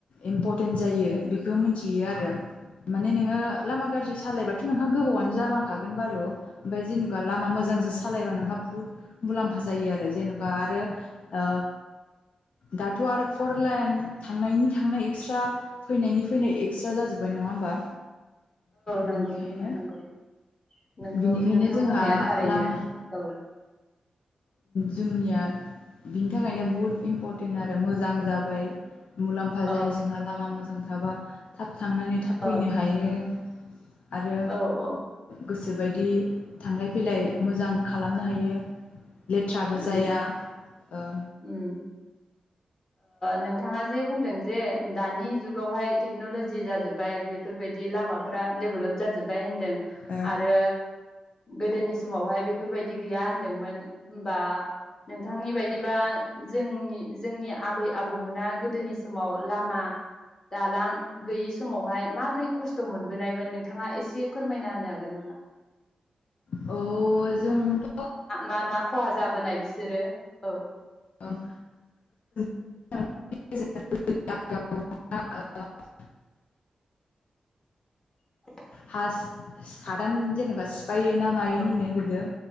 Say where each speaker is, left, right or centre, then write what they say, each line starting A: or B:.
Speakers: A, on the left; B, on the left.
A: इम्परटेन्ट जायो बेखौ मिथियो आरो माने नोङो लामा गाज्रि सालायबा नोंहा गोबावानो जालांखागोन बारु ओमफ्राय जेनेबा लामा मोजांजों सालायबा नोंहा बुहुथ मुलाम्फा जायो आरो जेन बा आरो ओ दाथ' आरो फर लाइन थांनायनि थांनाय एक्सट्रा फैनायनि फैनाय एक्सट्रा जाजोब्बाय नङा होमबा
B: नंगौ
A: बिनिखायनो
B: नोंथां नंगौ नोंगौ
A: बिनिखायनो
B: नोंथां
A: जोंहा
B: बुंनाया थारैनो
A: लामा
B: औ
A: जोंनिया बिनि थाखायनो बहुत इम्परटेन्ट आरो मोजां जा बाय मुलाम फा
B: औ
A: जोंहा लामा मोजां थाबा थाब थांनानै थाब
B: औ
A: फैनो हायो। आरो
B: औ ओ ओ
A: गोसोबायदि थांलाय फैलाय मोजां खालामनो हायो। लेथ्राबो
B: उम
A: जाया ओ
B: उम नोंथाङा जे बुंदों जे दानि जुगावहाय टेक्न'लजि जाजोब्बाय बेफोरबायदि लामाफ्रा डेभेलप जाजोब्बाय होनदों।
A: ओ
B: आरो गोदोनि समावहाय बेफोरबायदि गैया होनदोंमोन। होमबा नोंथांनि बाय बिदिबा जोंनि जोंनिआ आबै आबौमोना गोदोनि समाव लामा दालां गैयि समावहाय माबोरै खस्थ' मोनबोनायमोन नोंथाङा एसे एसे फोरमायना होनो हागोन नामा
A: औ जोंथ'
B: मा मा खहा जाबोनाय बिसोरो औ?
A: जों जों <unintelligible>
B: <unintelligible>
A: हास- हादान जेनेबा सिफायो ना मायोमोननो
B: औ
A: गोदो